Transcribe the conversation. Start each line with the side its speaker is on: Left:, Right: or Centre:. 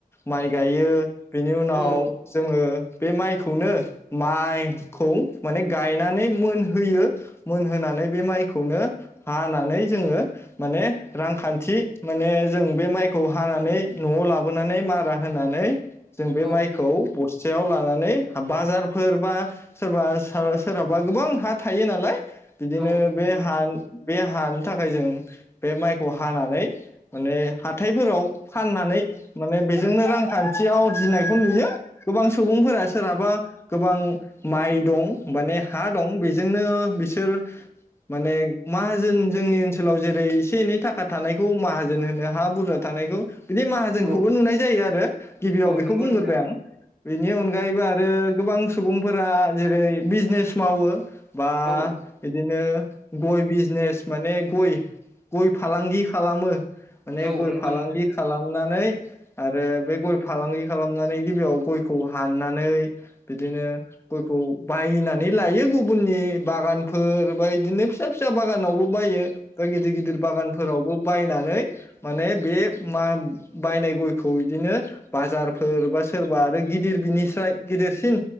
Left: माइ गायो, बेनि उनाव
Centre: औ
Left: जोङो बे माइखौनो, माइखौ माने गायनानै मोनहोयो, मोनहोनानै बे माइखौनो हानानै जोङो माने रांखान्थि माने जों बे माइखौ हानानै न'आव लाबोनानै मारा होनानै जों बे
Centre: औ
Left: माइखौ बस्थायाव लानानै हाबाजारफोर बा सोरबा सोरहाबा गोबां हा थायो नालाय बिदिनो
Centre: औ नंगौ
Left: बे हा बे हानि थाखाय जों बे माइखौ हानानै माने हाथायफोराव फाननानै माने बेजोंनो रांखान्थि आवरजिनायखौ नुयो, गोबां
Centre: औ
Left: सुबुंफोरा सोरहाबा गोबां माइ दं माने हा दं बेजों बिनो सोर माने माहाजोन जोंनि ओनसोलाव जेरै एसे एनै थाखा थानायखौ माहाजोन होनो हा बुरजा थानायखौ बिदि माहाजोनखौबो
Centre: औ
Left: नुनाय जायो आरो गिबियाव
Centre: औ
Left: बेखौ
Centre: नंगौ
Left: बुंग्रोबाय
Centre: नोंथां।
Left: आं बिनि अनगायैबो आरो गोबां सुबुंफोरा जेरै बिजनेस मावो बा
Centre: औ
Left: बिदिनो दिनो गय बिजनेस माने गय गय फालांगि खालामो माने
Centre: औ
Left: गय
Centre: नंगौ
Left: फालांगि
Centre: नंगौ
Left: खालामनानै आरो बे गय फालांगि खालामनानै गिबियाव गयखौ हाननानै बिदिनो गयखौ बायनानै लायो गुबुननि बागानफोर बा इदिनो फिसा फिसा बागानावबो बायो। बा गिदिर गिदिर बागानफोरावबो बायनानै माने बे मा बायनाय गयखौ इदिनो बाजारफोर बा सोरबा आरो गिदिर बिनिस्राय गिदिरसिन